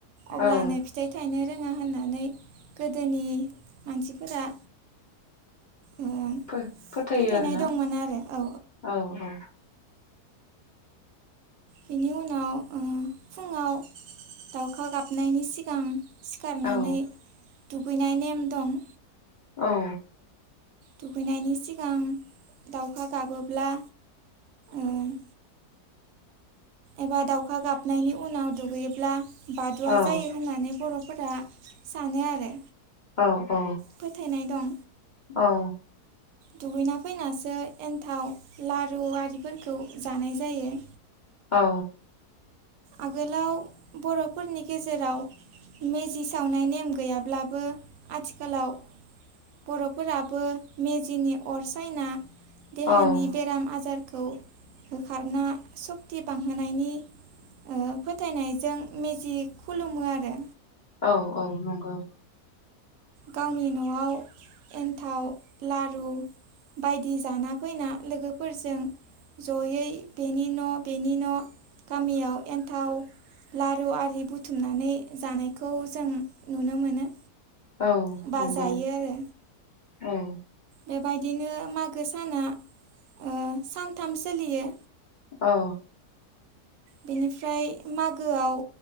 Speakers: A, on the right; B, on the left.
A: अब्लानो
B: औ
A: फिथाइ थायनो रोङा होननानै गोदो गोदोनि मानसिफोरा ओ
B: फो फोथायो
A: फोथायनाय
B: आरो ना
A: दंमोन आरो औ
B: औ औ
A: बेनि उनाव ओ फुङाव दाउखा गाबनायनि सिगां सिखारनानै
B: औ
A: दुगैनाय नेम दं
B: औ
A: दुगैनायनि सिगां दाउखा गाबोब्ला उम एबा दाउखा गाबनायनि उनाव दुगैयोब्ला बादुआ
B: औ
A: जायो होननानै बरफोरा सानो आरो।
B: औ औ
A: फोथायनाय दं
B: औ
A: दुगैना फैनासो एन्थाव लारु आरिफोरखौ जानाय जायो।
B: औ
A: आगोलाव बर'फोरनि गेजेराव मेजि सावनाय नेम गैयाब्लाबो आथिखालाव बर'फोराबो मेजिनि अर सायना
B: औ
A: देहानि
B: औ
A: बेराम आजार खौ होखारना सक्ति बांहोनायनि ओ फोथायनायजों मेजि खुलुमो आरो।
B: औ-औ नंगौ।
A: गावनि न'आव एन्थाव लारु बायदि जाना फैना लोगोफोरजों। जयै बेनि न' बेनि न' गामियाव एन्थाव लारु आरि बुथुमनानै जानायखौ जों नुनो मोनो।
B: औ
A: बा
B: नंगौ
A: जायो आरो
B: औ।
A: बेबायदिनो मागो साना ओ सानथाम सोलियो।
B: औ
A: बिनिफ्राय मागोआव